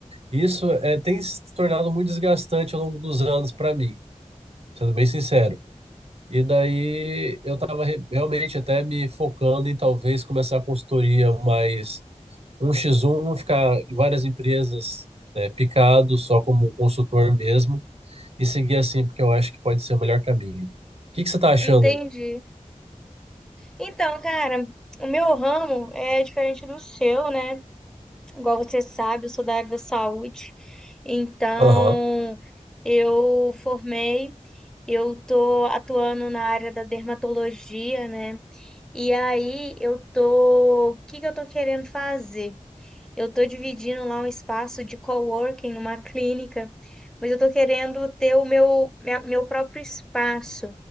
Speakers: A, on the right; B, in the centre.
A: Isso é, tem se tornado muito desgastante ao longo dos anos para mim, sendo bem sincero. E daí eu estava realmente até me focando em talvez começar a consultoria mais um x um, ficar em várias empresas, né, picado só como consultor mesmo e seguir assim, porque eu acho que pode ser o melhor caminho. O que que você tá achando?
B: Entendi. Então, cara, o meu ramo é diferente do seu, né? Igual você sabe, eu sou da área da saúde. Então,
A: Aham,
B: eu formei, eu tô atuando na área da dermatologia, né? E aí eu tô, o que que eu tô querendo fazer? Eu estou dividindo lá um espaço de coworking numa clínica, mas eu estou querendo ter o meu, minha- meu próprio espaço,